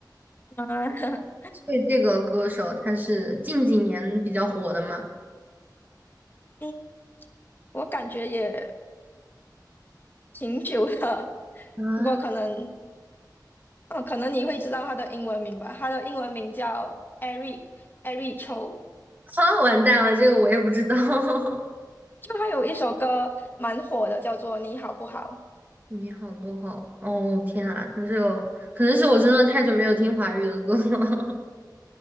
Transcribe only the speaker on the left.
啊，<laughs>
嗯，我感觉也挺久了，
不过可能，哦，可能你会知道他的英文名吧？他的英文名叫 Eric Eric Chou，
就他有一首歌蛮火的，叫做《你好不好》。